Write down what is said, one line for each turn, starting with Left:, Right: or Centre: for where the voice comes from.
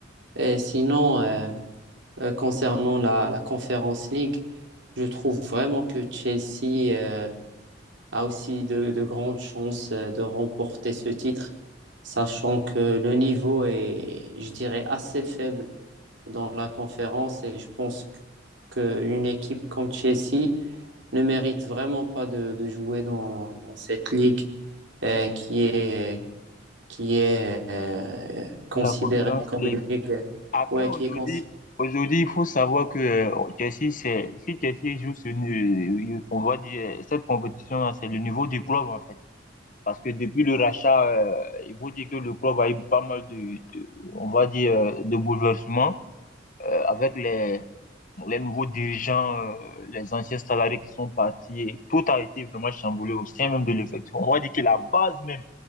Right: Et sinon, euh, euh, concernant la, la Conference League, je trouve vraiment que Chelsea euh, a aussi de, de grandes chances euh, de remporter ce titre, sachant que le niveau est, je dirais, assez faible dans la conférence et je pense qu'une équipe comme Chelsea ne mérite vraiment pas de, de jouer dans, dans cette ligue euh, qui est, qui est euh, considérée
Left: La Conference
Right: comme
Left: League.
Right: une ligue,
Left: Après,
Right: ouais,
Left: aujourd'hui,
Right: qui est considérée
Left: aujourd'hui, il faut savoir que euh, Chelsea, c'est, si Chelsea joue ce, nu- on va dire, cette compétition, c'est le niveau du club, en fait. Parce que depuis le rachat, euh, il faut dire que le club a eu pas mal de, de- on va dire, euh, de bouleversements euh, avec les, les nouveaux dirigeants, euh, les anciens salariés qui sont partis. Et tout a été vraiment chamboulé au sein même de l'effectif. On va dire que la base même